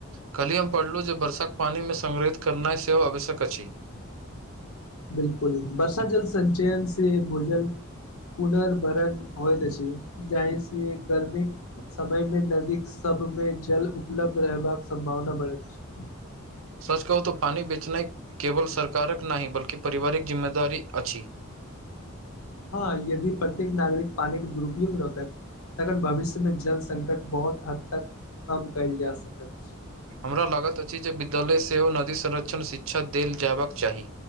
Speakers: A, on the right; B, on the left.
A: कल्हि हम पढ़लहुँ जे बरसाक पानिमे संग्रहित करनाइ सेहो आवश्यक अछि
B: बिलकुल बर्षा जल संचयन से भूजल पुनर भरण होइत अछि जाहि से गर्मीक समय मे नदीक सब मे जल उपलब्ध रहबाक सम्भावना बढ़ैत अछि
A: सच कहू तो पानि बेचनाइ केवल सरकारक नहि बल्कि पिवारिक जिम्मेदारी अछि
B: हँ यदि प्रत्येक नागरिक पानि कऽ दुरुपयोग रखत तखन भविष्यमे जल संकट बहुत हद तक कम कएल जा सकैत अछि
A: हमरा लागत अछि जे विद्यालय सेहो नदी संरक्षण शिक्षा देल जयबाक चाही